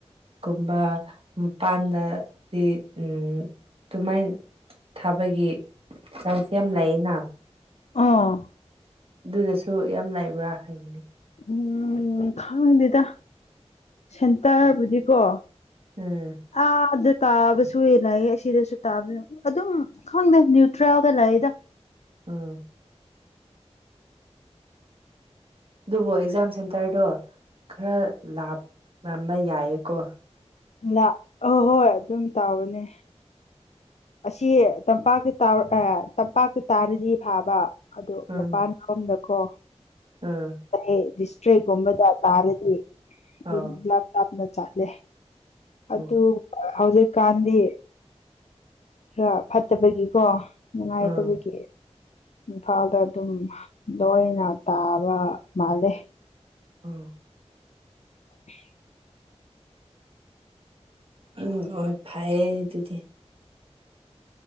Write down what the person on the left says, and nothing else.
ꯑꯥ
ꯎꯝ ꯈꯥꯡꯗꯦꯗ ꯁꯦꯟꯇꯔꯕꯨꯗꯤꯀꯣ
ꯑꯥꯗ ꯇꯥꯕꯁꯨ <unintelligible> ꯁꯤꯗꯁꯨ ꯇꯥꯕ ꯌ‌‌ꯦꯡꯎ ꯑꯗꯨꯝ ꯈꯪꯗꯦ ꯅ꯭ꯌꯨꯇ꯭ꯔꯦꯜꯒ ꯂꯥꯏ꯭ꯗ
ꯂ ꯑ ꯍꯣꯏ ꯑꯗꯨꯝ ꯇꯥꯎꯕꯅꯦ ꯑꯁꯤ ꯇꯝꯄꯥꯛꯀꯤ ꯇ ꯇꯝꯄꯥꯛꯀꯤ ꯇꯥꯔꯗꯤ ꯐꯥꯕ ꯑꯗꯨ
ꯃꯄꯥꯟ ꯁꯣꯝꯗꯀꯣ
ꯑꯩ ꯗꯤꯁꯇ꯭ꯔꯤꯛ ꯀꯨꯝꯕꯗ ꯇꯔꯗꯤ ꯌꯨꯝ
ꯂꯥꯞ ꯂꯥꯞꯅ ꯆꯥꯠꯂꯦ ꯑꯗꯨ
ꯍꯧꯖꯤꯛꯀꯥꯟꯗꯤ ꯈꯔ ꯐꯠꯇꯕꯒꯤꯀꯣ ꯅꯨꯡꯉꯥꯏꯇꯕꯒꯤ
ꯏꯝꯐꯥꯜꯗ ꯑꯗꯨꯝ ꯂꯣꯏꯅ ꯇꯥꯕ ꯃꯥꯜꯂꯦ
<inaudible>